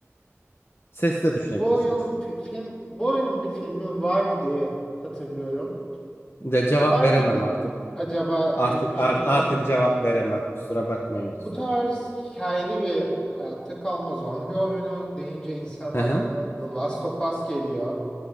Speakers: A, on the left; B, on the left.
A: Sesle düşünebilirsiniz.
B: Bu oyun fi- film bu oyunun bir filmi vardı diye hatırlıyorum.
A: De cevap
B: Var
A: veremem
B: mıydı
A: artık.
B: acaba
A: Artık
B: diye düşünüyorum.
A: art, artık cevap veremem. Kusura bakmayın lütfen.
B: Bu tarz hikayeli bir hayatta kalma zombi oyunu deyince insanın
A: Hı
B: aklına
A: hı.
B: The Last of Us geliyor.